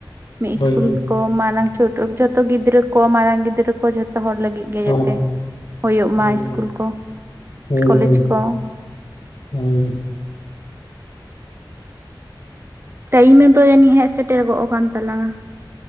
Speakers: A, on the right; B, on the left.
A: ᱢᱤᱫ ᱤᱥᱠᱩᱞ
B: ᱦᱳᱭ
A: ᱠᱚ᱾ ᱢᱟᱨᱟᱝ ᱪᱷᱚᱴᱚ ᱡᱷᱚᱛᱚ ᱜᱤᱫᱽᱨᱟᱹ ᱠᱚ ᱢᱟᱨᱟᱝ ᱜᱤᱫᱽᱨᱟᱹ ᱠᱚ ᱡᱷᱚᱛᱚ ᱦᱚᱲ ᱞᱟᱹᱜᱤᱫ᱾ ᱜᱮ
B: ᱦᱳᱭ
A: ᱡᱟᱛᱮ ᱦᱳᱭᱳᱜ ᱢᱟ
B: ᱦᱳᱭ
A: ᱤᱥᱠᱩᱞ
B: ᱦᱳᱭ
A: ᱠᱚ᱾
B: ᱦᱳᱭ
A: ᱠᱚᱞᱮᱡᱽ
B: ᱦᱳᱭ
A: ᱠᱚ
B: ᱦᱳᱭ
A: ᱴᱟᱭᱤᱢ <inaudible> ᱡᱟᱹᱱᱤᱡ ᱦᱮᱡ ᱥᱮᱴᱮᱨ ᱜᱚᱜ ᱟᱠᱟᱱ ᱛᱟᱞᱟᱝᱼᱟ᱾